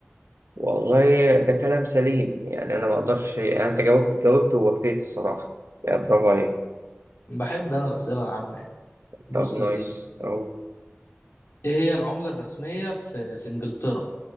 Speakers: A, on the right (about 85°); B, on the left (about 70°).
A: والله ده كلام سليم يعني انا ما اقدرش يعني انت جاوبت جاوبت ووفيت الصراحه يعني برافو عليك
B: بحب انا الاسئلة العامة يعني بص
A: طب نايس
B: يا سيدي
A: او
B: ايه هي العملة الرسمية في في انجلترا